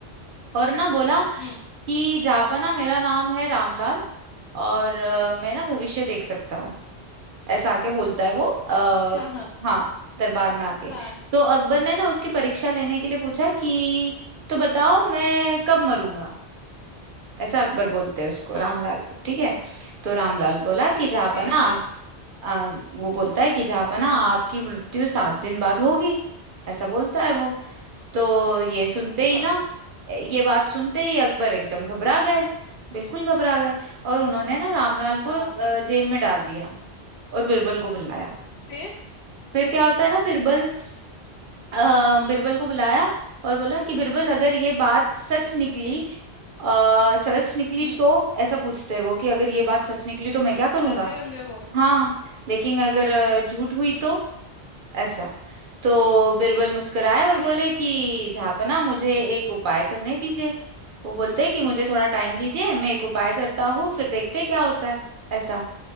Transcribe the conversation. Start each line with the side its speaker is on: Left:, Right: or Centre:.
Right: और ना बोला
Left: हम्म
Right: कि जापाना मेरा नाम है रामलाल और अ, मैं ना भविष्य देख सकता हूँ ऐसा आके बोलता है वो आ,
Left: अच्छा हाँ
Right: हाँ दरबार में आके
Left: हाँ
Right: तो अकबर ने ना उसकी परीक्षा लेने के लिए पूछा कि तो बताओ मैं कब मरूंगा ऐसा अकबर बोलते हैं उसको
Left: हाँ
Right: रामलाल को ठीक है तो रामलाल बोला कि जापाना
Left: फिर फिर
Right: आ, वो बोलता है कि जहापना आपकी मृत्यु सात दिन बाद होगी ऐसा बोलता है वो तो ये सुनते
Left: अच्छा
Right: ही ना ये बात सुनते ही अकबर एकदम घबरा गए बिल्कुल घबरा गए और उन्होंने ना रामलाल
Left: हाँ
Right: को अ, जेल में डाल दिया और बिरबल को बुलाया
Left: फिर
Right: फिर क्या होता है ना बिरबल अ, बिरबल को बुलाया और बोला कि बिरबल अगर ये बात सच निकली अ सच निकली
Left: हम्म
Right: तो ऐसा पूछते हैं वो कि अगर ये बात सच निकली तो मैं क्या करूंगा
Left: डर गए होंगे वो
Right: हाँ लेकिन अगर अ, झूठ हुई तो ऐसा तो
Left: हम्म
Right: बिरबल मुस्कुराए और
Left: फिर
Right: बोले कि झापना मुझे एक उपाय करने दीजिए वो बोलते हैं कि मुझे थोड़ा टाइम दीजिए मैं
Left: हम्म
Right: एक उपाय करता हूँ फिर देखते हैं क्या होता है ऐसा